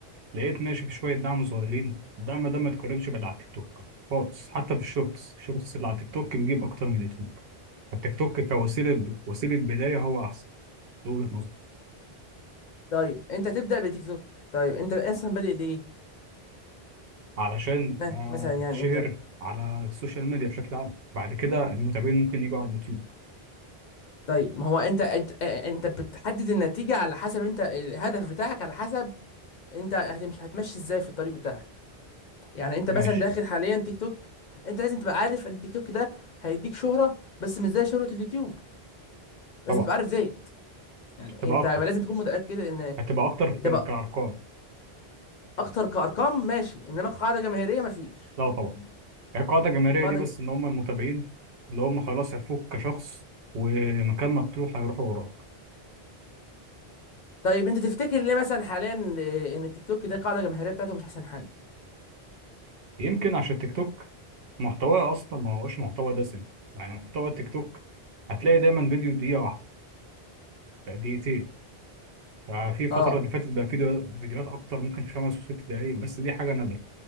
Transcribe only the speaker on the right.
لقيت ماشي في شويه دعم صغيرين الدعم ده ما يتقارنش باللي على التيك توك خالص حتى في الشورتس الشورتس اللي على التيك توك بيجيب اكتر من اليوتيوب التيك توك كوسيله
وسيله بدايه هو احسن من وجهه نظري
علشان
آه،
اتشهر
على السوشيال ميديا بشكل عام بعد كده المتابعين ممكن يجوا على اليوتيوب
ماشي
طبعا
هتبقى
اكتر
هتبقى اكتر في
كارقام
لا طبعا القاعده الجماهيريه
دي بس ان هم المتابعين اللي هم خلاص عرفوك كشخص ومكان ما تروح هيروحوا وراك
يمكن عشان التيك توك محتواه اصلا ما هوش محتوى دسم يعني محتوى التيك توك هتلاقي دايما فيديو دقيقه واحده دقيقتين ففي الفترة
اللي فاتت بقى في دو- فيديوهات أكتر ممكن خمس وست دقايق بس دي حاجة نادرة